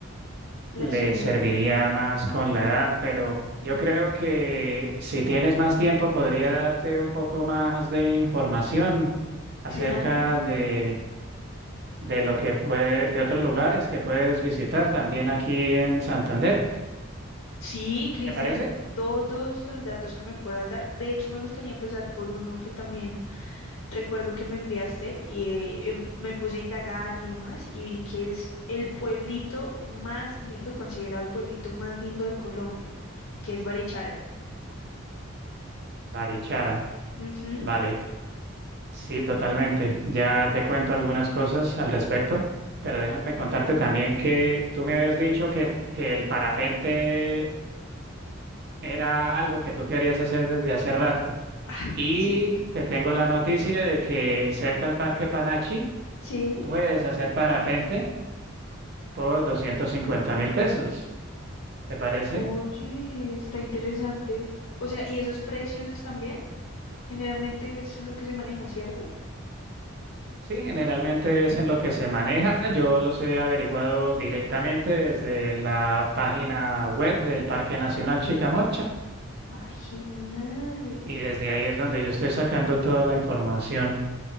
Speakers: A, on the left; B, on the right.
A: Le
B: le
A: hace daño.
B: serviría más con la edad, pero yo
A: Mm,
B: creo que si tienes más tiempo podría darte un poco más de información acerca
A: Claro.
B: de, de lo que puede, de otros lugares que puedes visitar también aquí en Santander.
A: Sí, Cristian,
B: ¿Te parece?
A: todos los datos que me puedas dar. De hecho, me gustaría empezar por uno que también Recuerdo que me enviaste y eh, em- me puse a indagar y demás y vi que es el pueblito más lindo, considerado el pueblito más lindo de Colombia, que es Barichara.
B: Barichara.
A: Ujú.
B: Vale, sí, totalmente. Ya te cuento algunas cosas al respecto. Pero déjame contarte también que tú me habías dicho que, que el parapente era algo que tú querías hacer desde hace rato.
A: Ay,
B: Y
A: sí,
B: te tengo la noticia de que cerca al Parque Panachi
A: sí.
B: puedes hacer parapente por doscientos cincuenta mil pesos. ¿Te parece?
A: Oye, está interesante. O sea, ¿y esos precios están bien? Generalmente es en lo que se maneja, ¿cierto?
B: Sí, generalmente es en lo que se maneja. Yo los he averiguado directamente desde la página web del Parque Nacional Chicamocha
A: Ay, genial.
B: y desde ahí es donde yo estoy sacando toda la información.